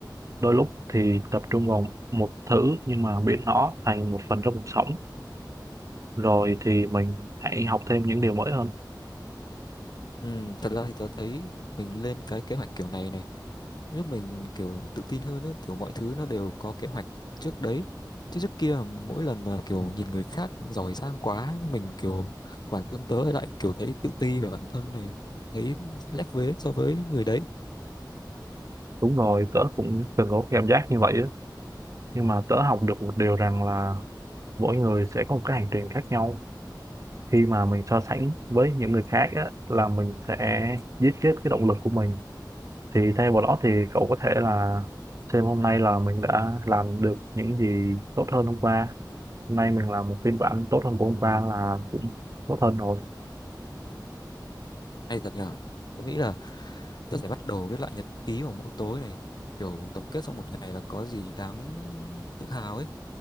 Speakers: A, on the right; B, on the left.
A: đôi lúc thì tập trung vào một thứ nhưng mà biến nó thành một phần trong cuộc sống rồi thì mình hãy học thêm những điều mới hơn
B: Ừ, thật ra thì tớ thấy mình lên cái kế hoạch kiểu này này giúp mình kiểu tự tin hơn á kiểu mọi thứ nó đều có kế hoạch trước đấy chứ trước kia mỗi lần mà kiểu nhìn người khác giỏi giang quá mình kiểu bản thân tớ lại kiểu thấy tự ti về bản thân này thấy lép vế so với người đấy
A: đúng rồi tớ cũng từng có cảm giác như vậy á nhưng mà tớ học được một điều rằng là mỗi người sẽ có một cái hành trình khác nhau khi mà mình so sánh với những người khác á, là mình sẽ giết chết cái động lực của mình thì thay vào đó thì cậu có thể là xem hôm nay là mình đã làm được những gì tốt hơn hôm qua hôm nay mình làm một phiên bản tốt hơn của hôm qua là cũng tốt hơn rồi
B: hay thật nhở tớ nghĩ là tớ sẽ bắt đầu viết lại nhật ký vào mỗi tối này kiểu tổng kết sau một ngày là có gì đáng tự hào ấy